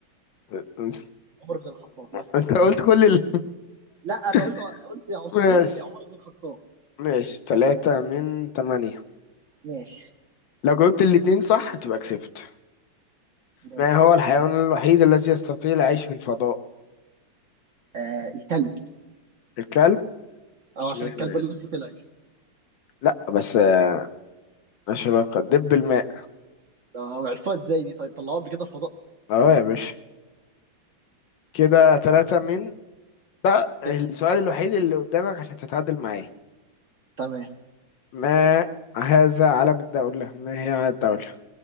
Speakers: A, on the left; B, on the right.
A: <laughs>
B: عمر بن الخطاب يس
A: انت قلت كل ال...
B: لا انا قلت
A: <laughs>
B: قلت يا عثمان
A: ماشي
B: يا عمر بن الخطاب
A: ماشي ثلاثة من ثمانية
B: ماشي
A: لو جاوبت الاتنين صح تبقى كسبت
B: ماشي
A: ما هو الحيوان الوحيد الذي يستطيع العيش في الفضاء
B: آه الكلب
A: الكلب
B: اه
A: اشمعنى
B: عشان الكلب
A: يعني
B: اللوسي طلع
A: لا بس آه، ملهاش علاقة دب الماء
B: آه عرفوها ازاي دي طيب طلعوها قبل كده الفضاء
A: اهو يا باشا كده ثلاثة من ده السؤال
B: تسعة
A: الوحيد اللي قدامك عشان تتعادل معاه
B: تمام
A: ما هذا علم الدولة ما هي علم الدولة